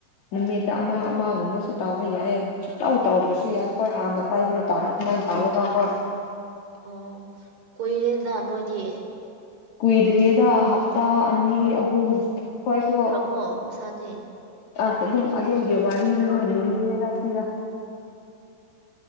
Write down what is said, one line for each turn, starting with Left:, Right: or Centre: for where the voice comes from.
Left: ꯅꯨꯃꯤꯠꯇ
Right: ꯎꯝ
Left: ꯑꯃ ꯑꯃꯒꯨꯝꯕꯁꯨ ꯇꯥꯎꯕ ꯌꯥꯏꯌꯦ ꯁꯨꯇꯧ ꯇꯥꯎꯗ꯭ꯔꯁꯨ
Right: ꯎꯝ
Left: ꯌꯥꯏ
Right: ꯎꯝ
Left: ꯈꯣꯏ ꯍꯥꯟꯅ ꯄꯥꯏꯕ ꯃꯇꯝꯗ ꯑꯗꯨꯃꯥꯏꯟ ꯇꯧꯋꯦꯕꯀꯣ
Right: ꯑꯣ ꯀꯨꯏꯔꯦꯗ ꯅꯣꯏꯗꯤ
Left: ꯀꯨꯏꯗ꯭ꯔꯤꯌꯦꯗ ꯍꯞꯇꯥ ꯑꯅꯤ ꯑꯍꯨꯝ ꯈꯣꯏꯁꯨ
Right: ꯕꯣꯝ ꯄꯩꯁꯥꯗꯤ
Left: ꯑꯁ ꯑꯗꯨꯝ ꯑꯗꯨꯒꯤ ꯋꯥꯔꯤꯗꯨꯅ ꯂꯤꯅꯤꯡꯔꯦꯗ ꯀꯔ꯭ꯤꯔ꯭ꯥ